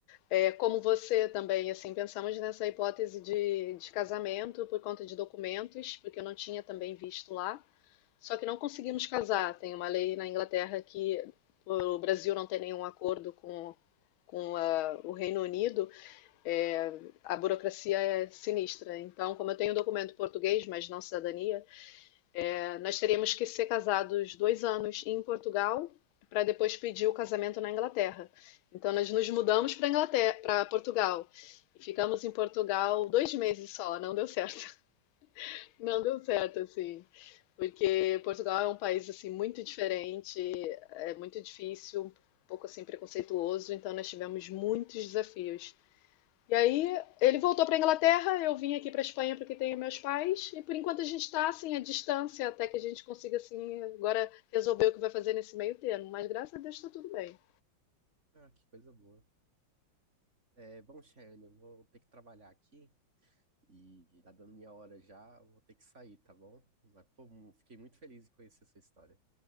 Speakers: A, on the left; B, on the right.
A: é, como você também, assim, pensamos nessa hipótese de, de casamento por conta de documentos, porque eu não tinha também visto lá. Só que não conseguimos casar. Tem uma lei na Inglaterra que o Brasil não tem nenhum acordo com, com a, o Reino Unido é, a burocracia é sinistra. Então, como eu tenho um documento português, mas não cidadania, é, nós teríamos que ser casados dois anos em Portugal para depois pedir o casamento na Inglaterra. Então, nós nos mudamos para Inglaterra, para Portugal. E ficamos em Portugal dois meses só, não deu certo. <laughs> Não deu certo, assim porque Portugal é um país assim muito diferente, é muito difícil, um pouco assim preconceituoso, então nós tivemos muitos desafios. E aí ele voltou para a Inglaterra, eu vim aqui para a Espanha porque tenho meus pais, e por enquanto a gente está assim à distância até que a gente consiga assim agora resolver o que vai fazer nesse meio termo, mas graças a Deus está tudo bem.
B: Ah, que coisa boa. É, bom, Shane, eu vou ter que trabalhar aqui e tá dando minha hora já, eu vou ter que sair, tá bom? Mas, pô, mu- fiquei muito feliz em conhecer sua história.